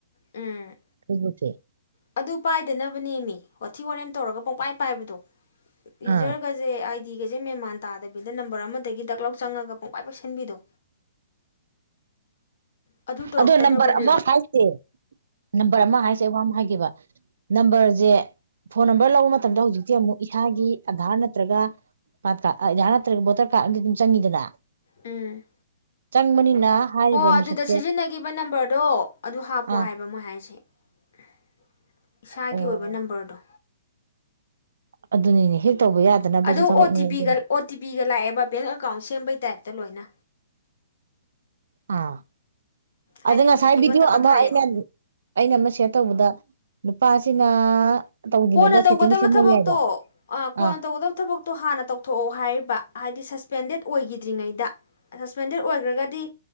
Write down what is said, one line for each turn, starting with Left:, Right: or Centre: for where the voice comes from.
Left: ꯎꯝ
Right: ꯎꯝ ꯖꯦ
Left: ꯑꯗꯨ ꯄꯥꯏꯗꯅꯕꯅꯦꯃꯤ ꯋꯥꯊꯤ ꯋꯥꯔꯦꯝ ꯇꯧꯔꯒ ꯄꯨꯡꯄꯥꯏ ꯄꯥꯏꯕꯗꯣ ꯌꯨꯖꯔ
Right: ꯑꯥ
Left: ꯒꯁꯦ ꯑꯥꯏ ꯗꯤ ꯒꯖꯦ ꯃꯦꯟ ꯃꯥꯟ ꯇꯥꯗꯕꯤꯗ ꯅꯝꯕꯔ ꯑꯃꯗꯒꯤ ꯗꯛ ꯂꯧꯎ ꯆꯪꯉꯒ ꯄꯨꯡꯄꯥꯏ ꯄꯥꯏꯁꯟꯕꯤꯗꯣ ꯑꯗꯨ ꯇꯧꯔꯛꯇꯅꯕꯅꯦꯕ
Right: ꯑꯗꯣ ꯅꯝꯕꯔ ꯑꯃ ꯍꯥꯏꯁꯦ ꯅꯝꯕꯔ ꯑꯃ ꯍꯥꯏꯁꯦ ꯋꯥ ꯑꯃ ꯍꯥꯏꯒꯦꯕ ꯅꯝꯕꯔꯁꯦ ꯐꯣꯟ ꯅꯝꯕꯔ ꯂꯧꯕ ꯃꯇꯝꯗ ꯍꯧꯖꯤꯛꯇꯤ ꯑꯃꯨꯛ ꯏꯁꯥꯒꯤ ꯑꯙꯥꯔ ꯅꯠꯇ꯭ꯔꯒ ꯄꯥꯟ ꯀꯥꯔ ꯑꯙꯥꯔ ꯅꯠꯇ꯭ꯔꯒ ꯚꯣꯇꯔ ꯀꯥꯔꯗ ꯑꯃꯗꯤ ꯑꯗꯨꯝ ꯆꯪꯅꯤꯗꯅ
Left: ꯎꯝ
Right: ꯆꯪ ꯕꯅꯤꯅ ꯍꯥꯏꯔꯤꯕ
Left: ꯍꯣ ꯑꯗꯨꯗ
Right: ꯃꯤꯁꯛ
Left: ꯁꯤꯖꯤꯟꯅꯈꯤꯕ ꯅꯝꯕꯔꯗꯣ ꯑꯗꯨ ꯍꯥꯞꯄꯣ
Right: ꯑꯥ
Left: ꯍꯥꯏꯕ ꯃꯣꯏ ꯍꯥꯏꯁꯦ <inaudible> ꯏꯁꯥꯒꯤ
Right: ꯑꯣ
Left: ꯑꯣꯏꯕ ꯅꯝꯕꯔꯗꯣ
Right: ꯑꯗꯨꯅꯤꯅꯦ ꯍꯦꯛ ꯇꯧꯕ ꯌꯥꯗꯅꯕꯁꯨ
Left: ꯑꯗꯣ
Right: ꯊꯕꯛꯅꯤ
Left: ꯑꯣ ꯇꯤ ꯄꯤꯒ
Right: ꯑꯗꯨ
Left: ꯑꯣ ꯇꯤ ꯄꯤꯒ ꯂꯥꯛꯑꯦꯕ ꯕꯦꯡ ꯑꯦꯀꯥꯎꯟ ꯁꯦꯝꯕꯩ ꯇꯥꯏꯞꯇ ꯂꯣꯏꯅ
Right: ꯑꯥ
Left: ꯍꯥꯏꯗꯤ
Right: ꯑꯗꯨꯅꯦ
Left: ꯑꯣ
Right: ꯉꯁꯥꯏ
Left: ꯇꯤ ꯄꯤ
Right: ꯚꯤꯗꯤꯑꯣ
Left: ꯇꯛꯀꯠꯊꯔꯛꯑꯦꯕ
Right: ꯑꯃ ꯑꯩꯅ ꯑꯩꯅ ꯑꯃ ꯁ꯭ꯌꯥꯔ ꯇꯧꯕꯗ ꯅꯨꯄꯥꯁꯤꯅ ꯇꯧꯗ꯭ꯔꯤꯉꯩꯗ
Left: ꯀꯣꯟꯅ ꯇꯧꯒꯗꯕ
Right: ꯁꯦꯠꯇꯤꯡꯗ ꯁꯦꯝꯍꯧ
Left: ꯊꯕꯛꯇꯣ
Right: ꯌꯥꯏꯕ
Left: ꯑ ꯀꯣꯟꯅ
Right: ꯑꯥ
Left: ꯇꯧꯒꯗꯕ ꯊꯕꯛꯇꯣ ꯍꯥꯟꯅ ꯇꯧꯊꯣꯛꯑꯣ ꯍꯥꯏꯔꯤꯕ ꯍꯥꯏꯗꯤ ꯁꯁꯄꯦꯟꯗꯦꯠ ꯑꯣꯏꯈꯤꯗ꯭ꯔꯤꯉꯩꯗ ꯁꯁꯄꯦꯟꯗꯦꯠ ꯑꯣꯏꯈ꯭ꯔꯒꯗꯤ